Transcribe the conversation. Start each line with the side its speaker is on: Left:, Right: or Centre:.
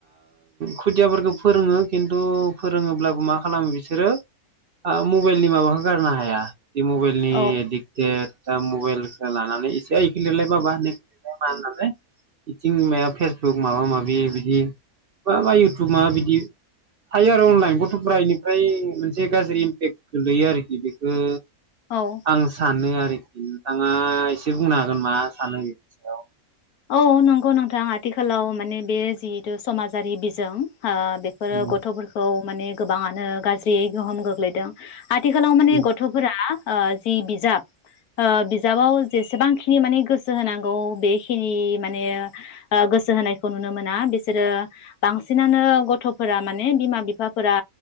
Right: खुदियाफोरखौ फोरोङो खिन्थु फोरोङोब्लाबो मा खालामो बिसोरो मबाइलनि माबाखौ गारनो हाया मबाइलनि
Left: औ
Right: एदिकटेद दा मबाइल लानानै एसे गेलेलाय बाबा होनो <unintelligible> मा होननानै बिथिं मा फेसबुक माबा माबि बिदि माबा इउटुबा बिदि थायो आरो अनलाइन गथ'फ इनिफ्राय मोनसे गाज्रि इम्पेक्ट गोलैयो आरोखि बेखौ
Left: औ
Right: आं सानो आरो नोंथाङा एसे बुंना मा सानो बेनि सायाव
Left: औ नंगौ नोंथां आथिखालाव माने बे जिहेतु समाजारि बिजों बेफोरो
Right: उम
Left: गथ'फोरखौ माने गोबाङानो गाज्रियै गोहोम गोग्लैदों आथिखालाव माने
Right: उम
Left: गथ'फोरा ओ जि बिजाब बिजाबाव जेसेबांखिनि माने गोसो होनांगौ बे खिनि माने गोसो होनायखौ नुनो मोना बिसोरो बांसिनानो गथ'फोरा माने बिमा बिफा फोरा